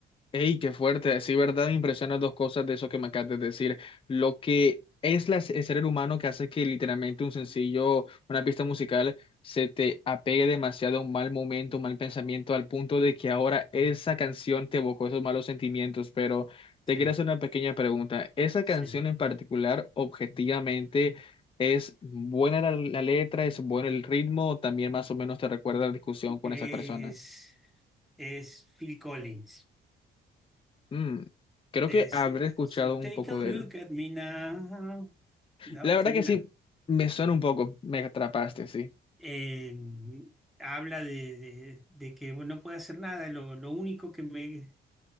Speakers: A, on the left (about 25°); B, in the centre.
A: Hey, qué fuerte. Sí, verdad, me impresionan dos cosas de eso que me acabas de decir. Lo que es la- el ser humano que hace que literalmente un sencillo, una pista musical, se te apegue demasiado a un mal momento, un mal pensamiento, al punto de que ahora esa canción te evocó esos malos sentimientos. Pero
B: Sí,
A: te quiero hacer una pequeña pregunta. ¿Esa
B: sí.
A: canción en particular, objetivamente, ¿Es buena la, la letra? ¿Es bueno el ritmo? ¿O también más o menos te recuerda la discusión con
B: Es,
A: esa persona?
B: es Phil Collins.
A: Mm, creo
B: Es,
A: que habré escuchado
B: so
A: un
B: take
A: poco
B: a look
A: de él.
B: at me now. No,
A: La verdad
B: tiene
A: que
B: una.
A: sí, me suena un poco, me atrapaste, sí.
B: eh, habla de, de- de que bueno, no puedo hacer nada. Lo, lo único que me,